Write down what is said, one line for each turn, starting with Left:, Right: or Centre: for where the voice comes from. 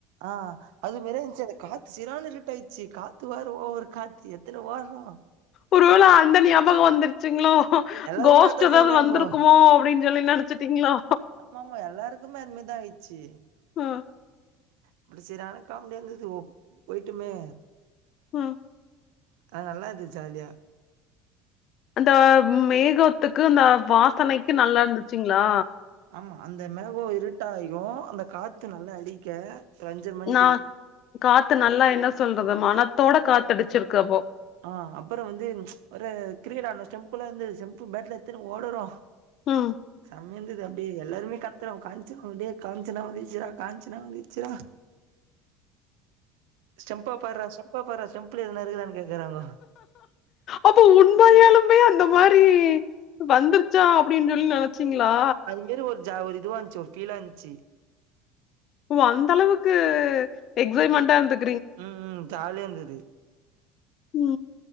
Right: ஆ அது வேற இருந்ச்சு அந்த காத்து சீரான இருட்டாயிர்ச்சு காத்து வற ஓவரு காத்து எத்தன வாரோ
Left: ஒரு வேள அந்த ஞாபகோ வந்துருச்சுங்களோ
Right: எல்லாருமே
Left: கோஷ்ட்டு
Right: அதான்
Left: எதாவது
Right: சொல்றாங்கோ.
Left: வந்துருக்குமோ அப்படின் சொல்லி நெனச்சுட்டீங்களா
Right: ஆமாமா எல்லாருக்குமே அதுமாரிதா ஆயிர்ச்சு
Left: ம்
Right: இப்படி சரியான காமெடியா இருந்தது ஓ போயிட்டுமே
Left: ம்
Right: அது நல்லா இருந்துச் ஜாலியா
Left: அந்த மேகோத்துக்கு அந்த வாசனைக்கு நல்லா இந்துச்சுங்களா
Right: ஆமா அந்த மேகோ இருட்டாயிரு அந்த காத்து நல்லா அடிக்க அஞ்சர மணிக்கு
Left: நா காத்து நல்லா என்ன சொல்றது மனத்தோட காத்து அடிச்சிருக்கு அப்போ
Right: ஆ அப்புறம் வந்து ஒரு கிரிக்கெட் ஆடுனோ ஸ்டெம்பல வந்து ஸ்டெம்ப் பேட்டலா எத்துன்னு ஓடுறோ
Left: ம்
Right: சமையந்தது அப்படியே எல்லாருமே கத்துறோ காஞ்சனா அப்படியே காஞ்சனா வந்துச்சிரா காஞ்சனா வந்துச்சிரா ஸ்டெம்ப பார்ரா ஸ்டெம்ப பார்ரா ஸ்டெம்ப்ல எதுனா இருக்குதான்னு கேக்குறாங்கோ
Left: அப்போ உண்மைையாலுமே அந்த மாரி வந்துருச்சா அப்படின் சொல்லி நனச்சீங்களா
Right: இது ஒரு ஜா ஒரு இதுவா இந்ச்சு ஒரு ஃபீலா இந்ச்சு
Left: ஓ அந்த அளவுக்கு எக்ஸைட்மைன்டா இருந்து
Right: ம் ம் ஜாலியா இந்துது
Left: ஒ